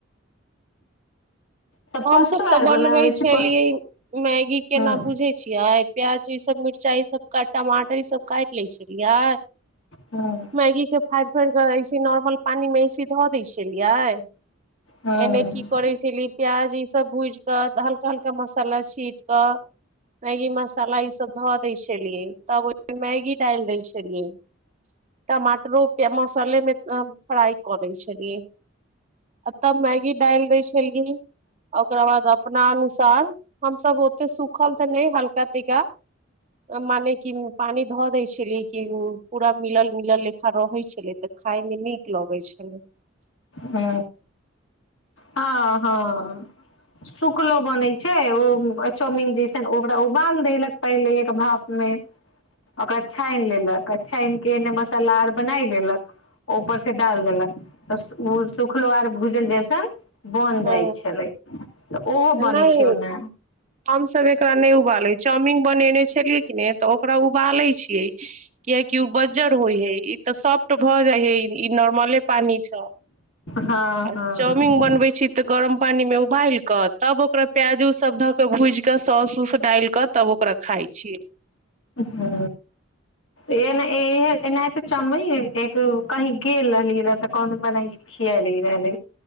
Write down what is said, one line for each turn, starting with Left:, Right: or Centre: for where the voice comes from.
Left: तऽ
Right: हमस
Left: पस्तो
Right: तऽ
Left: आर
Right: बनबै
Left: बनाबै छी
Right: छलियै
Left: प
Right: मैगी केना
Left: हँ
Right: बुझै छियै प्याज ई सब मिरचाई सब टमाटर ई सब काटि लै छलियै
Left: हँ
Right: मैगी के फाड़ि फाड़ कऽ ऐसे नॉर्मल पानी मे ऐसे धऽ दै छलियै
Left: हँ
Right: एने की करै छली प्याज ई सब भूज के हल्का हल्का मसाला छींट के मैगी मसाला ईसभब धअ दैछलिए तब फेन मैगी डाल दै छललियै टमाटरो पे मसाले मे फ्राइ क लैइ छलियै आ तब मैगी डालि दै छलियै ओकरा बाद अपना अनुसार हमसभ ओते सूखल तऽ नइ हल्का तैका मने कि पानि धऽ दै छलियै कि पूरा मिलल मिलल घलल लेखा रहै छलै तऽ खाायमे नीक लगै छलै
Left: हू हँ हँ सुखलो बनैत छै ओ चाउमीन जैसन ओकरा उबाल देलक पहिले एक भापमे ओकरा छानि लेलक आ छानि के एने मसाला आर बनाय लेलक ऊपर से डाल देलक तऽ सू ओ सुखलो आर भूजन जैसन बन जाइ
Right: ह
Left: छलै तऽ ओहो
Right: नइ
Left: बनै छै ओना
Right: हमसभ एकरा नइ उबाले चाउमिन बनेने छलियै की ने तऽ ओकरा उबाले छियै कियकि ओ बजजर होय हय ई तऽ सॉफ्ट भ जाइ हई ई नॉर्मले पानी सँ
Left: हँ
Right: आ
Left: हँ
Right: चाउमिन बनै छी गरम पानी मे उबाल के तब ओकरा प्याज उज सब ध कऽ भुइज क सौस उस डाइल कऽ तब ओकरा खाइ छियै
Left: हू एना इहे एना तऽ चाउमिन रहै एगो कही गेल रहलिय रह त कोनो बना खिचैले रहले